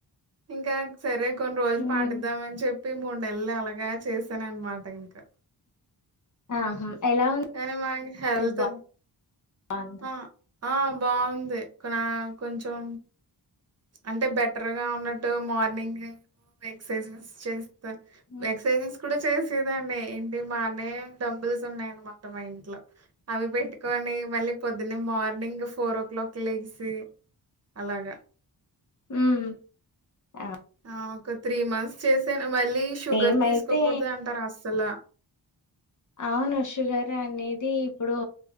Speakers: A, on the right (about 35°); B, on the left (about 45°).
A: ఇంకా సరే కొన్ని రోజులు
B: ఉమ్.
A: పాటిద్దామని చెప్పి మూడు నెలలు అలాగా చేశాను అన్నమాట ఇంకా
B: ఆహా ఎలా
A: కానీ మనకి హెల్త్
B: ఉంది బాగుంది
A: ఆ ఆ బాగుంది ఇక్కడ కొంచెం అంటే బెటర్ గా ఉన్నట్టు మార్నింగ్ లేసి ఎక్ససైజెస్ చేస్
B: ఉమ్
A: ఎక్ససైజెస్ కూడా చేసేదాన్ని ఇంటి పైనే డంబుల్స్ ఉన్నాయన్నమాట మా ఇంట్లో అవి పెట్టుకొని మళ్ళీ పొ ద్దున్నే మార్నింగ్ ఫోర్ ఓ క్లాక్ కి లెగిసి అలాగా
B: ఉమ్ ఆ
A: ఆ ఒక త్రీ మంత్స్ చేసాను మళ్ళీ షుగర్
B: మేమైతే
A: తీసుకోకూడదు అంటారు అస్సలు
B: అవును షుగర్ అనేది ఇప్పుడు